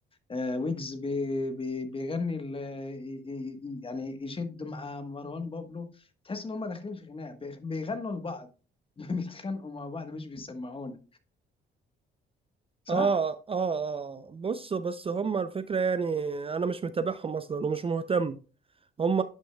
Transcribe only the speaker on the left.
آه، ويجز بي بي بيغني ال- ي- ي- يعني يشد مع مروان بابلو تحس ان هم داخلين في خناقه بيغ- بيغنوا لبعض <laughs> بيتخانقوا مع بعض مش بيسمعونا صح